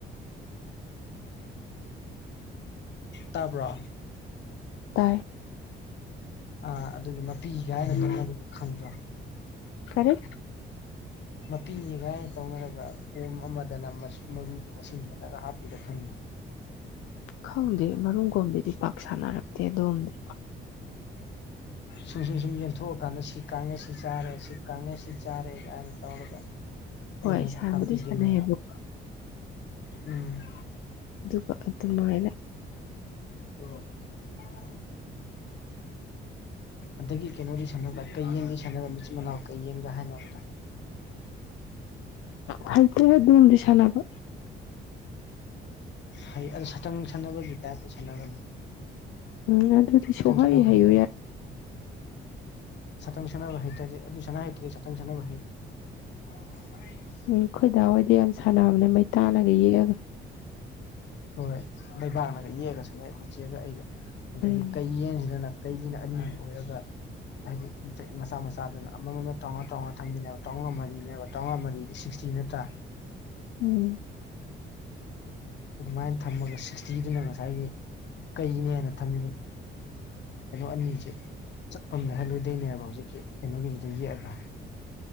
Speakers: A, on the left; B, on the left.
A: ꯇꯕ꯭ꯔꯣ
B: ꯇꯥꯏ
A: ꯑꯥ ꯑꯗꯨꯒꯤ ꯃꯄꯤꯒꯥꯏꯅꯕꯗꯣ ꯈꯪꯗ꯭ꯔꯣ
B: ꯈꯔꯦ
A: ꯃꯄꯤꯅꯦꯒꯥꯏꯅ ꯇꯧꯅꯔꯒ ꯀꯣꯝ ꯑꯃꯗꯅ ꯃꯔꯨꯗꯨꯣ ꯃꯁꯤꯡ ꯈꯜꯂꯒ ꯍꯥꯞꯄꯤꯔ ꯈꯪꯉ
B: ꯈꯪꯗꯦ ꯃꯔꯨꯝ ꯀꯣꯝꯕꯤꯗꯤ ꯄꯥꯛ ꯁꯥꯟꯅꯔꯛꯇꯦ ꯑꯗꯣꯝꯅꯦ
A: ꯁꯨꯝ ꯁꯨꯝ ꯁꯨꯝ ꯌꯦꯟꯊꯣꯛꯑꯀꯥꯟꯗ ꯁꯤ ꯀꯥꯡꯉꯁꯤ ꯆꯥꯔꯦ ꯁꯤ ꯀꯥꯡꯉꯁꯤ ꯆꯥꯔꯦ ꯀꯥꯏꯅ ꯇꯧꯔꯒ
B: ꯍꯣꯏ
A: ꯅ
B: ꯁꯥꯟꯕꯨꯗꯤ
A: ꯇꯥꯄꯤꯒꯅ
B: ꯁꯥꯟꯅꯩꯌꯦꯕꯀꯣ
A: ꯎꯝ
B: ꯑꯗꯨꯒ ꯑꯗꯨꯃꯥꯏꯅꯔ
A: ꯑꯣ ꯑꯗꯒꯤ ꯀꯩꯅꯣꯗꯤ ꯁꯥꯟꯅꯕ ꯀꯩ ꯌꯦꯡꯒ ꯁꯥꯟꯅꯕ ꯃꯆꯤꯟ ꯃꯅꯥꯎ ꯀꯩ ꯌꯦꯡꯒꯥ ꯍꯥꯏꯅꯕꯗꯣ
B: ꯍꯥꯏꯥꯏꯇꯒ ꯣꯟ ꯂꯤ ꯁꯅꯅꯕ
A: ꯍꯩ ꯑꯗꯨ ꯁꯇꯪ ꯁꯥꯟꯅꯕꯒꯤ ꯇꯥꯏꯞꯇ ꯁꯥꯟꯅꯕꯅꯤ
B: ꯎꯝ ꯑꯗꯨꯗꯤ ꯁꯨꯍꯩ
A: ꯑꯇꯁꯅ
B: ꯍꯩꯌꯨ
A: ꯃꯥꯥꯏ ꯇ
B: ꯌꯥꯏ
A: ꯁꯇꯪ ꯁꯅꯥ ꯍꯥꯏꯔ ꯇꯦ ꯑꯗꯨꯁꯅꯥ ꯍꯥꯏ ꯇꯔꯦ ꯁꯇꯪ ꯁꯅꯥꯅꯕꯍꯤꯔ <unintelligible>
B: ꯎꯝ ꯈꯣꯏꯗꯥ ꯍꯣꯏꯗꯤ ꯌꯥꯝ ꯁꯥꯟꯅꯕꯅꯦ ꯃꯩ ꯇꯥꯅꯒ ꯌꯦꯛꯑꯒ
A: ꯍꯣꯏ ꯂꯩꯕꯥꯛꯅꯒ ꯌꯦꯛꯑꯒꯁꯨ ꯅ ꯑꯩꯈꯣꯏꯠꯆꯦꯛꯒ ꯑꯩꯒ ꯑꯗꯩꯗꯤ
B: ꯎꯝ
A: ꯀꯩ ꯌꯦꯟꯁꯤꯅꯅ ꯀꯩꯁꯤꯅ ꯑꯅꯤ ꯑꯣꯏꯔꯒ ꯍꯥꯏꯗꯤ ꯃꯆꯥ ꯃꯆꯥꯗꯨꯅ ꯑꯃꯃꯝ ꯆꯥꯝꯃꯉꯥꯝꯉꯥ ꯊꯝꯗꯅꯦꯕ ꯆꯥꯝꯃꯉꯥ ꯃꯔꯤꯅꯦꯕ ꯆꯥꯝꯃꯉꯥ ꯃꯔꯤꯗꯤ ꯁꯤꯛꯁꯇꯤ ꯅꯠꯇ꯭ꯔꯥ
B: ꯎꯝ
A: ꯑꯗꯨꯃꯥꯏꯅ ꯊꯝꯃꯒ ꯁꯤꯛꯁꯇꯤꯗꯨꯅ ꯉꯁꯥꯏꯒꯤ ꯀꯩꯅꯦꯅ ꯊꯝꯃꯤꯕ ꯀꯩꯅꯣ ꯑꯅꯤꯁꯦ ꯆꯠꯐꯝꯗ ꯍꯥꯏꯂꯣꯏꯗꯣꯏꯅꯦꯕ ꯍꯧꯖꯤꯛꯀꯤ ꯀꯩꯅꯣꯒꯤꯁꯤꯗ ꯌꯦꯛꯑꯒ